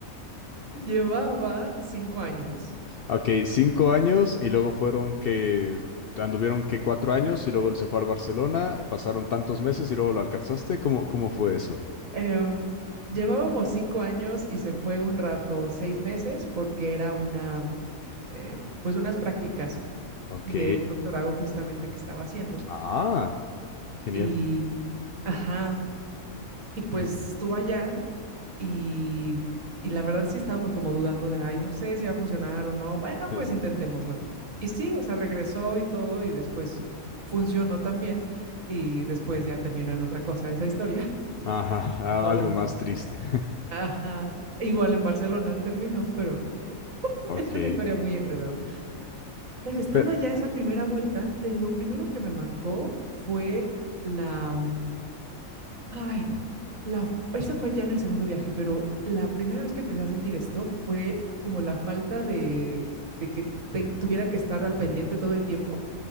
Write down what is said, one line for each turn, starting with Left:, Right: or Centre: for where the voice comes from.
Right: llevaba cinco años.
Left: Ok, cinco años y luego fueron que anduvieron que cuatro años y luego él se fue al Barcelona, pasaron tantos meses y luego lo alcanzaste. ¿Cómo, cómo fue eso?
Right: Em, llevábamos cinco años y se fue un rato, seis meses, porque era una eh, pues unas prácticas
Left: Ok.
Right: de un doctorado justamente que estaba haciendo.
Left: Ah, genial.
Right: Y, ajá, y pues estuvo allá y, y la verdad sí estábamos como dudando de, ay, no sé si va a funcionar o no. Bueno,
Left: Sí.
Right: pues intentémoslo. Y sí, o sea, regresó y todo y después funcionó también y después ya terminó en otra cosa esa historia.
Left: Ajá, a-
Right: Pero,
Left: algo más triste. <laughs>
Right: ajá, igual en Barcelona terminó, pero <laughs>
Left: Ok.
Right: es una historia muy enredada. Pero estando
Left: Pero
Right: allá esa primera vuelta, de lo primero que me marcó fue la, mm, ay, la, esa fue ya en el segundo viaje, pero la primera vez que empecé a sentir esto fue como la falta de, de que ten- tuviera que estar al pendiente todo el tiempo.